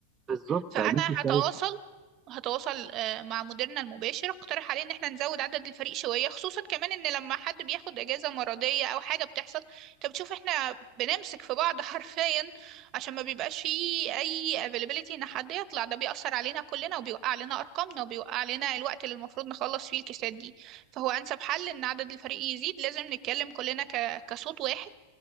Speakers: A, on the right (about 20°); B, on the right (about 40°).
A: بالظبط
B: فانا
A: اديك
B: هتواصل
A: شايف
B: هتواصل آه، مع مديرنا المباشر اقترح عليه ان احنا نزود عدد الفريق شويه خصوصا كمان ان لما حد بياخد اجازه مرضيه او حاجه بتحصل انت بتشوف احنا بنمسك في بعض حرفيا عشان ما بيبقاش فيه اي availability ان حد يطلع ده بيأثر علينا كلنا وبيوقع علينا ارقامنا وبيوقع علينا الوقت اللي المفروض نخلص فيه الكيسات دي فهو انسب حل ان عدد الفريق يزيد لازم نتكلم كلنا ك... كصوت واحد